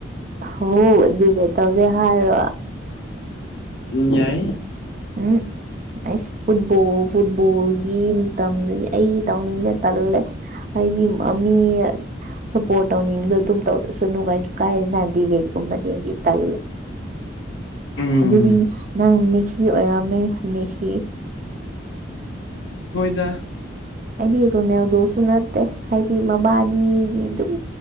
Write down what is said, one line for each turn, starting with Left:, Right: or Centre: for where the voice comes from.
Right: ꯍꯣ ꯗꯤꯕꯦꯠ ꯇꯧꯁꯦ ꯍꯥꯏꯔꯣ
Left: ꯎꯝ ꯌꯥꯏꯌꯦ
Right: ꯎꯝ ꯑꯩꯁ ꯐꯨꯠꯕꯣꯜ ꯐꯨꯠꯕꯣꯜꯒꯤ ꯃꯇꯝꯗꯗꯤ ꯑꯩ ꯇꯧꯅꯤꯡꯗꯦ ꯇꯜꯂꯦ ꯑꯩꯗꯤ ꯑꯃꯃꯤꯌꯥꯠ ꯁꯞꯄꯣꯔꯠ ꯇꯧꯅꯤꯡꯕꯗꯣ ꯑꯗꯨꯝ ꯇꯧꯖꯁꯅꯨ <unintelligible> ꯀꯥꯏꯗꯅ ꯗꯤꯚꯦꯠꯀꯨꯝꯕꯗꯤ ꯑꯩꯗꯤ ꯇꯜꯂꯦ
Left: ꯎꯝ
Right: ꯑꯗꯨꯗꯤ ꯅꯪ ꯃꯦꯁꯤ ꯑꯣꯏꯔꯝꯃꯦ ꯃꯦꯁꯤ
Left: ꯍꯣꯏꯗ
Right: ꯑꯩꯗꯤ ꯔꯣꯅꯦꯜꯗꯣꯁꯨ ꯅꯠꯇꯦ ꯍꯥꯏꯗꯤ ꯃꯕꯥꯅꯤꯗꯤ ꯑꯗꯨꯝ